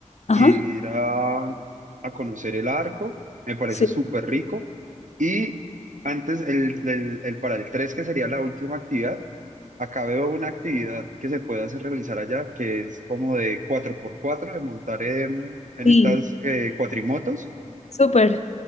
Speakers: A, on the left; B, on the right.
A: Ajá,
B: ir a, a conocer el arco, me parece
A: sí.
B: súper rico. Y antes, el, el, el para el 3 que sería la última actividad, Acá veo una actividad que se puede hacer realizar allá, que es como de cuatro por cuatro, de montar en, en
A: Sí,
B: estas eh, cuatrimotos.
A: súper.